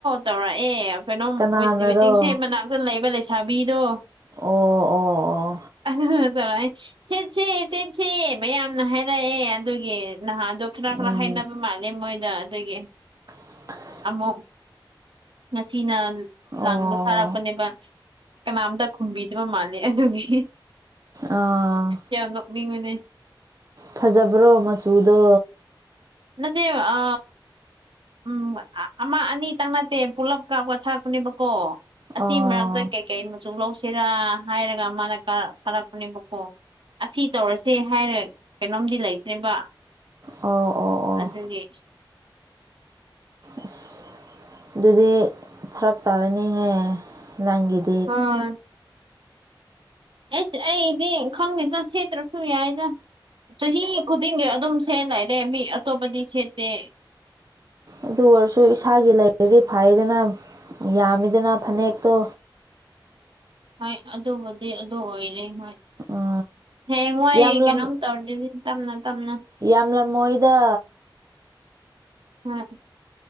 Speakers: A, on the right (about 80°); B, on the right (about 45°).
A: ꯇꯧꯔꯛꯑꯦ ꯀꯩꯅꯣꯝ
B: ꯀꯅꯥꯅꯔꯣ
A: ꯋꯦ ꯋꯦꯇꯤꯡ ꯁꯦꯝ ꯃꯅꯥꯛꯇ ꯂꯩꯕ ꯂꯩꯁꯥꯕꯤꯗꯣ
B: ꯑꯣ ꯑꯣ ꯑꯣ
A: <unintelligible> ꯁꯦꯠꯁꯦ ꯁꯦꯠꯁꯦ ꯃꯌꯥꯝꯅ ꯍꯥꯏꯔꯛꯑꯦ ꯑꯗꯨꯒꯤ ꯅꯍꯥꯟꯗꯣ ꯈꯔ ꯈꯔ
B: ꯎꯝ
A: ꯍꯥꯏꯅꯕ ꯃꯥꯜꯂꯦ ꯃꯣꯏꯗ ꯑꯗꯨꯒꯤ
B: <inaudible>
A: ꯑꯃꯨꯛ ꯉꯁꯤꯅ
B: ꯑꯣ
A: ꯂꯥꯡꯕ ꯊꯥꯔꯛꯄꯅꯦꯕ ꯀꯅꯥꯝꯇ ꯈꯨꯝꯕꯤꯗꯕ ꯃꯥꯂꯦ ꯑꯗꯨꯒꯤ
B: ꯑꯥ
A: ꯌꯥꯝ ꯅꯣꯛꯅꯤꯡꯕꯅꯦ
B: ꯐꯖꯕ꯭ꯔꯣ ꯃꯆꯨꯗꯣ
A: ꯅꯠꯇꯦ ꯑ ꯎꯝ ꯑꯃ ꯑꯅꯤꯇꯪ ꯅꯠꯇꯦ ꯄꯨꯂꯞ ꯀꯥꯞꯄ ꯊꯥꯔꯛꯄꯅꯦꯕꯀꯣ
B: ꯑꯣ
A: ꯑꯁꯤ ꯃꯔꯛꯇ ꯀꯩꯀꯩ ꯃꯆꯨ ꯂꯧꯁꯤꯔꯥ ꯍꯥꯏꯔꯒ ꯃꯥꯅ ꯊꯥꯔꯛꯄꯅꯦꯕꯀꯣ ꯑꯁꯤ ꯇꯧꯔꯁꯦ ꯍꯥꯏꯔ ꯀꯩꯅꯣꯝꯗꯤ ꯂꯩꯇ꯭ꯔꯦꯕ
B: ꯑꯧ ꯑꯣ ꯑꯣ
A: ꯑꯗꯨꯒꯤ
B: ꯑꯁ ꯑꯗꯨꯗꯤ ꯐꯔꯛ ꯇꯥꯔꯅꯤꯍꯦ ꯅꯪꯒꯤꯗ
A: ꯍꯣꯏ ꯍꯩꯁ ꯑꯩꯗꯤ ꯈꯪꯗꯦꯗ ꯁꯦꯠꯇ꯭ꯔꯁꯨ ꯌꯥꯏꯗ ꯆꯍꯤ ꯈꯨꯗꯤꯡꯒꯤ ꯑꯗꯨꯝ ꯁꯦꯠꯂꯑꯦ ꯂꯦ ꯃꯤ ꯑꯇꯣꯞꯄꯗꯤ ꯁꯦꯠꯇꯦ
B: ꯑꯗꯨ ꯑꯣꯏꯔꯁꯨ ꯏꯁꯥꯒꯤ ꯂꯩꯔꯗꯤ ꯐꯥꯏꯌꯦꯗꯅ ꯌꯥꯝꯃꯤꯗꯅ ꯐꯅꯦꯛꯇꯣ
A: ꯍꯣꯏ ꯑꯗꯨꯕꯨꯗꯤ ꯑꯗꯨ ꯑꯣꯏꯔꯦ ꯍꯣꯏ
B: ꯑ
A: ꯍꯌꯦꯡꯋꯥꯏ
B: ꯌꯥꯝꯂꯝ
A: ꯀꯩꯅꯣꯝ ꯇꯧꯔꯗꯤ ꯇꯞꯅ ꯇꯞꯅ
B: ꯌꯥꯝꯂꯝꯃꯣꯏꯗ
A: <unintelligible>